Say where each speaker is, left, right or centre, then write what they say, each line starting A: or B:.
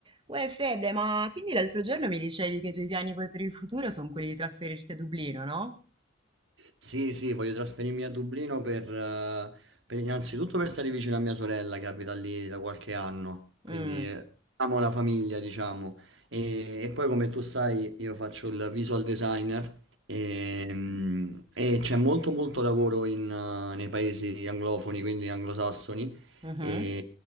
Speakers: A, on the right (about 25°); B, on the right (about 80°).
A: Uè Fede, ma quindi l'altro giorno mi dicevi che i tuoi piani poi per il futuro sono quelli di trasferirti a Dublino, no?
B: Sì, sì, voglio trasferirmi a Dublino per, eh, per- innanzitutto per stare vicino a mia sorella che abita lì da qualche anno,
A: Mm,
B: quindi eh, amo la famiglia, diciamo. E, e poi come tu sai, io faccio il visual designer e, mm, e c'è molto molto lavoro in, eh, nei paesi anglofoni, quindi anglosassoni,
A: mhm,
B: e